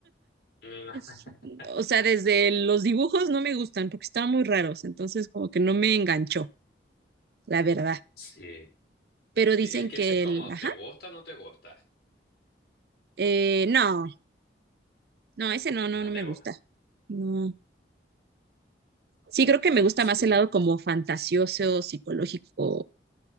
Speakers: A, on the left; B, on the right.
A: Mm,
B: <laughs>
A: <laughs>
B: O sea, desde los dibujos no me gustan porque estaban muy raros, entonces como que no me enganchó, la verdad.
A: Sí.
B: Pero dicen
A: Sí, Es que
B: que
A: ese es como,
B: el, ajá,
A: ¿te gusta o no te gusta?
B: eh, no, no, ese no, no,
A: No
B: no
A: te
B: me
A: gusta.
B: gusta. No. Sí, creo que me gusta
A: Sí.
B: más el lado como fantasioso, psicológico